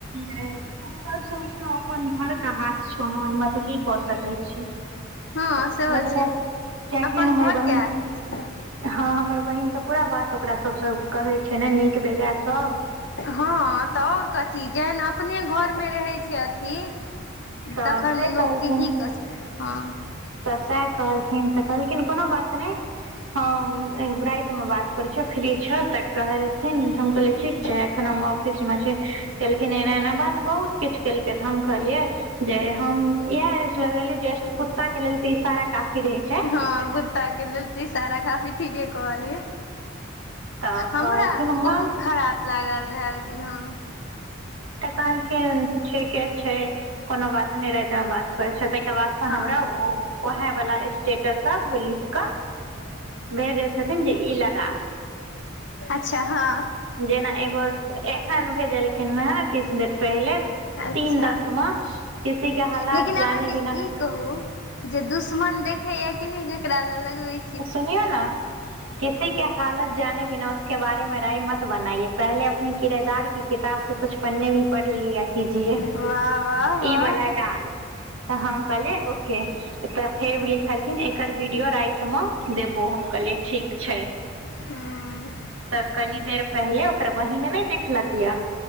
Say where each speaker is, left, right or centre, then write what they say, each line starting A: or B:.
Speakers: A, on the right (about 80°); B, on the left (about 55°).
A: जे ओकर सभकेँ अपन घर के हाथ छौ नऽ ओहिमे तऽ की कऽ सकैत छीही
B: हँ सेहो
A: मतलब
B: छै
A: कियेकि
B: अपन
A: हमर
B: घरके
A: बहन
B: आदमी छै
A: हँ हमर बहिन तऽ पूरा बात ओकरा सब सँ कहै छै ने नीक बेजाय सब
B: हँ तऽ आओर कथी जेहन अपने घरमे रहैत छै अथी
A: तऽ
B: तखन
A: से
B: लोकके
A: कहलखिन
B: की कऽ सकैत छी हँ
A: तऽ सएह कहलखिन तऽ कहलखिन कोनो बात नहि हम राति मे बात करै छियो फ्री छहो तऽ कहलखिन तऽ हम कह
B: अच्छा
A: ठीक छै एखन हम ऑफिस मे छी केलखिन एना एना बात बहुत किछ केलकै तऽ हम कहलियै जे हम इहे स्टेटस लगेेलियै जे कुत्ता के लेल तऽ इशारा काफी रहै छै
B: हँ कुत्ता के लेल तऽ इशारा काफी ठीके कहलियै
A: तऽ
B: हमरा
A: कहलखिन हँ
B: बहुत खराप लागल रहै ओहि दिन हँ
A: तऽ कहलखिन ठीके छै कोनो बात नहि राति मे बात करै छियो तैके बाद से
B: हँ
A: हमरा ओ वएहे वाला स्टेटस सब लिख कऽ भेजै छथिन जे ई लगा
B: अच्छा हँ
A: जेना एगो एखन भेजलखिन हें किछु देर पहिले
B: अच्छा
A: तीन दस मऽ किसी का हालात
B: लेकिन अहाँके
A: जाने बिना
B: ई कहू जे दुश्मन देखे या कि नहि जेकरा लै लगबे
A: सुनियौ न किसी के हालत जाने बिना उसके बारे मे राय मत बनाइए पहिले अपने किरदार कि किताब से कुछ पन्ने भी पढ़ लिया कीजिये
B: वाह वाह वाह
A: ई वाला डाल तऽ हम कहलिये ओके तऽ फेर लिखलखिन एकर वीडियो रा तऽ म देबो हम कहलियै ठीक छै
B: हँ
A: तऽ कनी देर पहिले ओकर बहिन नै देखलक यए